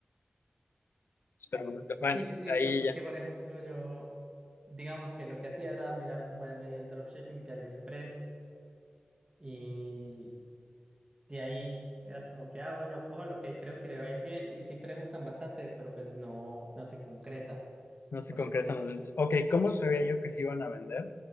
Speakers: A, on the left; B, on the right.
A: espera
B: Sí,
A: un momento.
B: pues
A: Bueno,
B: sí, sí, sí,
A: ahí
B: pues porque,
A: ya.
B: por ejemplo, yo, digamos que lo que hacía era mirar como de medio el dropshipping de AliExpress y de ahí eras como que, ah, bueno, cojo lo que creo que le va a ir bien. Y sí preguntan bastante, pero pues no, no se concreta,
A: No se
B: por
A: concretan
B: decir así.
A: los ventas. Ok, ¿cómo sabía yo que se iban a vender?